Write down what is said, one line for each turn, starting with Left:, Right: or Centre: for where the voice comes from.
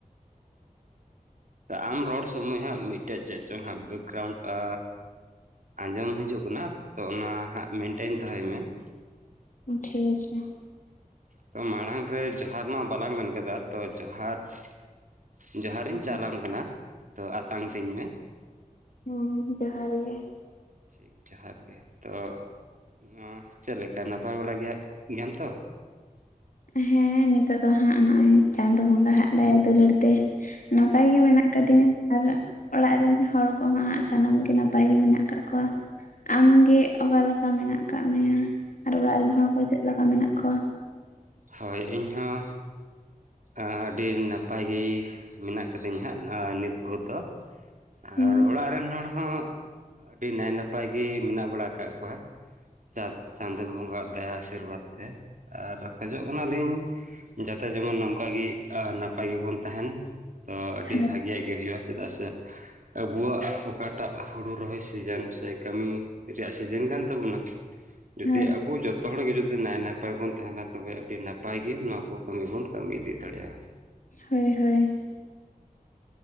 Right: ᱛᱚ ᱟᱢ ᱨᱚᱲ ᱥᱚᱢᱚᱭ ᱦᱟᱸᱜ ᱢᱤᱫ ᱴᱮᱱ ᱪᱮᱫ ᱪᱚᱝ ᱦᱟᱸᱜ ᱵᱮᱠᱜᱨᱟᱣᱩᱱᱴᱼᱟ ᱟᱸᱡᱚᱢ ᱦᱤᱡᱩᱜ ᱠᱟᱱᱟ? ᱛᱚ ᱚᱱᱟ ᱦᱟᱸᱜ ᱢᱮᱱᱴᱮᱱ ᱫᱚᱦᱚᱭ ᱢᱮ ᱾
Left: ᱴᱷᱤᱠ ᱟᱪᱷᱮ ᱾
Right: ᱛᱚ ᱢᱟᱲᱟᱝ ᱨᱮ ᱡᱚᱦᱟᱨ ᱢᱟ ᱵᱟᱞᱟᱝ ᱢᱮᱱ ᱠᱟᱫᱟ ᱛᱚ, ᱡᱚᱦᱟᱨ ᱾ ᱡᱚᱦᱟᱨᱤᱧ
Left: ᱟᱪᱷᱮ
Right: ᱪᱟᱞᱟᱢ ᱠᱟᱱᱟ, ᱛᱚ ᱟᱛᱟᱝ ᱛᱤᱧ ᱢᱮ?
Left: ᱦᱩᱸ ᱡᱚᱦᱟᱨ ᱜᱮ ᱾
Right: ᱴᱷᱤᱠ ᱡᱚᱦᱟᱨ ᱜᱮ ᱛᱚ, ᱱᱚᱣᱟ ᱪᱮᱫ ᱞᱮᱠᱟ ᱱᱟᱯᱟᱭ ᱵᱟᱲᱟ ᱜᱮᱭᱟ ᱜᱮᱭᱟᱢ ᱛᱚ?
Left: ᱦᱮᱸ ᱱᱤᱛᱚᱜ ᱫᱚ ᱦᱟᱸᱜ ᱱᱚᱜᱼᱚᱭ ᱪᱟᱸᱫᱚ ᱵᱚᱸᱜᱟ ᱦᱟᱜ ᱫᱟᱭᱟ ᱫᱩᱞᱟᱹᱲ ᱛᱮ ᱾ ᱱᱟᱯᱟᱭ ᱜᱮ ᱢᱮᱱᱟᱜ ᱟᱠᱟᱫ ᱫᱤᱧᱟ ᱟᱨ ᱚᱲᱟᱜ ᱨᱮᱱ ᱦᱚᱲ ᱠᱚᱦᱚᱸ ᱦᱟᱜ ᱥᱟᱱᱟᱢ ᱜᱮ ᱱᱟᱯᱟᱭ ᱜᱮ ᱢᱮᱱᱟᱜ ᱠᱟᱜ ᱠᱚᱣᱟ ᱾ ᱟᱢ ᱜᱮ ᱚᱠᱟ ᱞᱮᱠᱟ ᱢᱮᱱᱟᱜ ᱟᱠᱟᱫ ᱢᱮᱭᱟ ᱟᱨ ᱚᱲᱟᱜ ᱨᱮᱱ ᱦᱚᱲ ᱠᱚ ᱪᱮᱫᱞᱮᱠᱟ ᱢᱮᱱᱟᱜ ᱠᱚᱣᱟ?
Right: ᱦᱳᱭ ᱤᱧ ᱦᱚᱸ ᱟᱹᱰᱤ ᱱᱟᱯᱟᱭ ᱜᱮ ᱢᱮᱱᱟᱜ ᱟᱠᱟᱫᱤᱧ ᱦᱟᱸᱜ ᱱᱤᱛ ᱵᱷᱳᱨ ᱫᱚ᱾
Left: ᱦᱩᱸ
Right: ᱟᱨ ᱚᱲᱟᱜ ᱨᱮᱱ ᱦᱚᱲ ᱦᱚᱸ ᱟᱹᱰᱤ ᱱᱟᱭ ᱱᱟᱯᱟᱭ ᱜᱮ ᱢᱮᱱᱟᱜ ᱵᱟᱲᱟ ᱟᱠᱟᱜ ᱠᱚᱣᱟ ᱾ ᱪᱟᱸ ᱪᱟᱸᱫᱚ ᱵᱚᱸᱜᱟ ᱫᱟᱭᱟ ᱟᱥᱤᱨᱵᱟᱫᱽ ᱛᱮ ᱟᱨ ᱠᱷᱚᱡᱚᱜ ᱠᱟᱱᱟᱞᱤᱧ, ᱡᱟᱛᱮ ᱡᱮᱢᱚᱱ ᱱᱚᱝᱠᱟ ᱜᱮ ᱱᱟᱯᱟᱭ ᱜᱮ ᱵᱚᱱ ᱛᱟᱦᱮᱱ ᱾ ᱛᱚ ᱟᱹᱰᱤ
Left: ᱦᱳᱭ
Right: ᱵᱷᱟᱹᱜᱮ ᱟᱜ ᱦᱩᱭᱩᱜᱼᱟ ᱪᱮᱫᱟᱜ ᱥᱮ ᱟᱵᱚᱣᱟᱜ ᱚᱠᱟᱴᱟᱜ ᱦᱩᱲᱩ ᱨᱚᱦᱚᱭ ᱥᱤᱡᱮᱱ ᱥᱮ ᱠᱟᱹᱢᱤ ᱨᱮᱭᱟᱜ ᱥᱤᱡᱮᱱ ᱠᱟᱱ ᱛᱟᱵᱚᱱᱟ, ᱡᱩᱫᱤ
Left: ᱦᱳᱭ
Right: ᱟᱵᱚ ᱡᱚᱛᱚ ᱦᱚᱲ ᱜᱮ ᱡᱩᱫᱤ ᱱᱟᱭ ᱱᱟᱯᱟᱭ ᱵᱚᱱ ᱛᱟᱦᱮᱱᱟ ᱾ ᱛᱚ ᱟᱹᱰᱤ ᱱᱟᱯᱟᱭ ᱜᱮ ᱱᱚᱣᱟ ᱠᱚ ᱠᱟᱹᱢᱤ ᱵᱚᱱ ᱠᱟᱹᱢᱤ ᱤᱫᱤ ᱫᱟᱲᱮᱭᱟᱜᱼᱟ ᱾
Left: ᱦᱳᱭ ᱦᱳᱭ ᱾